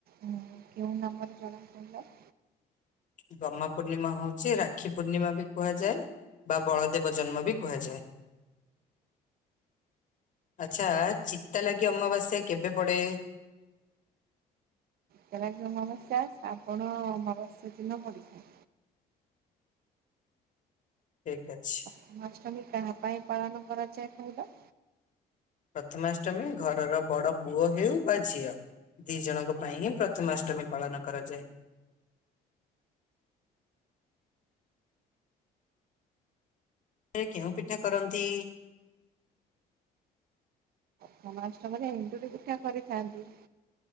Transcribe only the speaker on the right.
କେଉଁ ନାମର ଜଣା କହିଲ?
ଜଲାକ ଅମାବସ୍ୟା ଶ୍ରାବଣ ଅମାବାସ୍ୟା ଦିନ ପଡିଥାଏ।
ଜନ୍ମାଷ୍ଟମୀ କାହା ପାଇଁ ପାଳନ କରା ଯାଏ କହିଲ?
ଜନ୍ମାଷ୍ଟମୀରେ ଏନ୍ଣୁରୀ ପିଠା କରିଥାନ୍ତି।